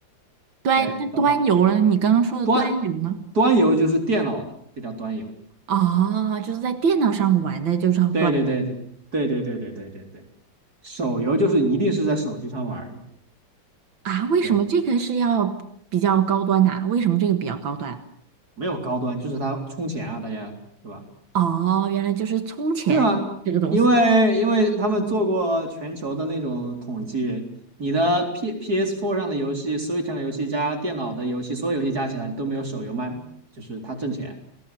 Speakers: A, on the right; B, on the right.
A: 端那端游呢？
B: 对，到
A: 你刚刚说的端游呢？
B: 端端游就是电脑的，就叫端游。
A: 啊，就是在电脑上玩的，就叫端。
B: 对对对对对对对对对对对，手游就是一定是在手机上玩儿的，
A: 啊，为什么这个是要比较高端呐、
B: 对，
A: 为什么这个比较高端？
B: 没有高端，就是它充钱啊，大家对吧？
A: 哦，原来就是充钱这个东西
B: 对啊，因为因为他们做过全球的那种统计，你的 P p s Four 上的游戏、Switch 上的游戏加电脑的游戏，所有游戏加起来都没有手游卖，就是它挣钱。